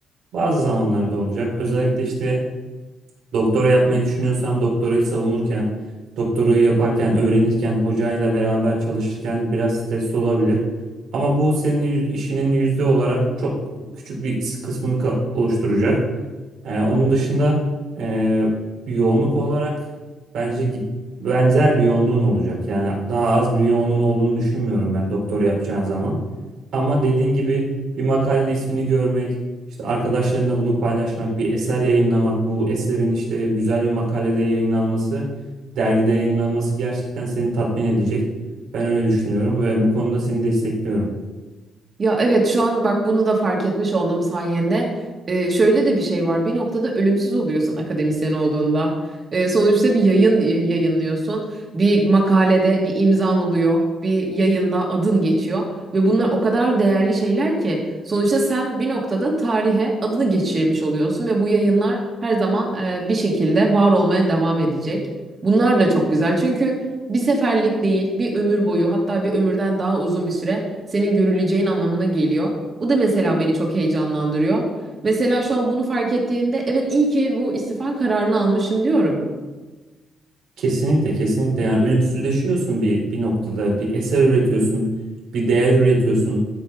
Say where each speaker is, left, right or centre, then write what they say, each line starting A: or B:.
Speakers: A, on the right (about 75°); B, on the right (about 40°).
A: bazı zamanlarda olacak. Özellikle işte Doktora yapmayı düşünüyorsan doktorayı savunurken, doktorayı yaparken, öğrenirken, hocayla beraber çalışırken biraz stresli olabilir. Ama bu senin yü- işinin yüzde olarak çok küçük bir kısmını ka- oluşturacak. Ee, onun dışında e, yoğunluk olarak bence gi- benzer bir yoğunluğun olacak. Yani daha az bir yoğunluğun olduğunu düşünmüyorum ben doktora yapacağın zaman. Ama dediğin gibi bir makalede ismini görmek, işte arkadaşlarına bunu paylaşmak, bir eser yayımlamak, bu eserin işte güzel bir makalede yayımlanması, dergide yayımlanması gerçekten seni tatmin edecek. Ben öyle düşünüyorum ve bu konuda seni destekliyorum.
B: Ya evet şu an bak bunu da fark etmiş olduğum sayende Ee, şöyle de bir şey var bir noktada ölümsüz oluyorsun akademisyen olduğunda Ee, sonuçta bir yayın e, yayınlıyorsun bir makalede bir imzan oluyor bir yayında adın geçiyor ve bunlar o kadar değerli şeyler ki sonuçta sen bir noktada tarihe adını geçirmiş oluyorsun ve bu yayınlar her zaman e, bir şekilde var olmaya devam edecek. Bunlar da çok güzel çünkü bir seferlik değil bir ömür boyu hatta bir ömürden daha uzun bir süre senin görüleceğin anlamına geliyor. Bu da mesela beni çok heyecanlandırıyor. Mesela şu an bunu fark ettiğimde evet iyi ki bu istifa kararını almışım diyorum.
A: Kesinlikle kesinlikle yani ölümsüzleşiyorsun bir bir noktada bir eser üretiyorsun bir değer üretiyorsun